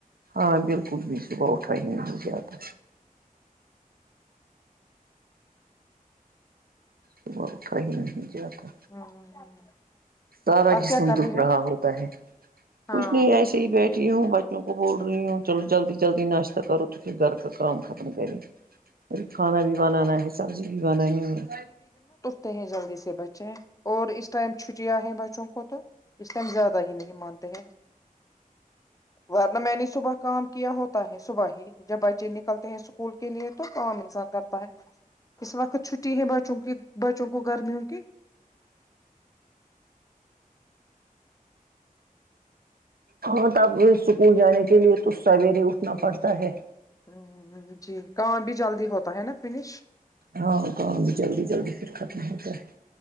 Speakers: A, on the right; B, on the left.
A: ہاں بالکل بھی صبح اٹھا ہی نہیں جاتا صبح اٹھا ہی نہیں جاتا
B: ہ
A: سارا
B: آپ
A: جسم
B: کیا کر
A: دکھ
B: رہے ہو
A: رہا ہوتا ہے
B: ہاں
A: کچھ نہیں ایس سے ہی بیٹھی ہوں بچو کو بول رہی ہوں چلو جلدی جلدی ناشتہ کرو تو پھر گھر کا کام ختم کرے ابھی کھانا بھی
B: ہاں
A: بنانا ہے سبزی بھی بنانی ہے
B: تے ہیں جلدی سے بچے اور اس ٹائم چھٹیاں ہیں بچوں کو تو اس لئے ہم زیادہ ہی نہیں مانتے ہیں ورنہ میں نے صبح کام کیا ہوتا ہے صبح ہی جب بچے نکلتے ہیں اسکول کے لیے تو کام انسان کرتا ہے اس وقت چھٹی ہے بچوں کی بچوں کو گرمیوں کی
A: ہاں تب وہ اسکول جانے کے لیئے تو سویرے اٹھنا پڑتا ہے
B: ہ جی کام بھی جلدی ہوتا ہے نا فنش
A: ہاں کام بھی جلدی جلدی پھر ختم ہوتا ہے